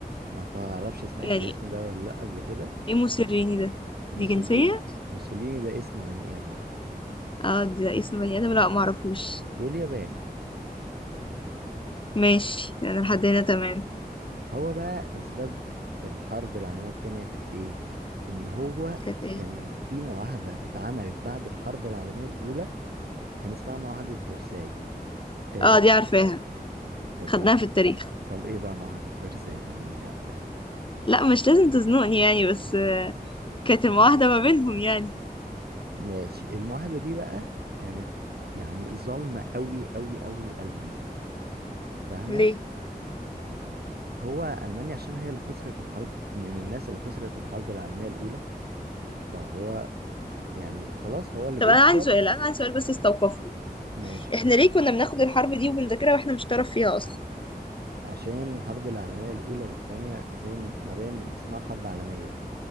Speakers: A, on the right (about 75°); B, on the left (about 30°).
A: ما تعرفش سمعت
B: يعني
A: الاسم ده ولا لأ قبل كده
B: ايه موسيريني ده
A: موسوليني
B: دي جنسية
A: موسوليني ده اسم بني آدم
B: اه ده اسم بني ادم لا معرفوش
A: واليابان
B: ماشي انا لحد هنا تمام
A: هو بقى أسباب الحرب العالمية التانية كانت إيه؟ إن هو
B: كانت ايه
A: كان في معاهدة اتعملت بعد الحرب العالمية الأولى كان اسمها معاهدة فرساي إيه
B: اه دي عارفاها
A: طب
B: خدناها
A: ده
B: في التاريخ
A: طب إيه بقى معاهدة فرساي طالما أنت عارفاها
B: لا مش لازم تزنقني يعني بس آه، كانت المواحدة ما بينهم يعني
A: ماشي المعاهدة دي بقى كانت يعني ظالمة أوي أوي أوي لألمانيا فاهمة؟
B: ليه
A: هو ألمانيا عشان هي اللي خسرت الحرب من الناس اللي خسرت الحرب العالمية الأولى فهو يعني خلاص هو اللي
B: طب
A: بيخسر
B: انا عندي سؤال انا عندي سؤال بس استوقفني
A: ماشي
B: احنا
A: قول
B: ليه كنا بناخد الحرب دي وبنذاكرها واحنا مش طرف فيها اصلا
A: عشان الحرب العالمية الأولى والتانية زي ما باين من اسمها حرب عالمية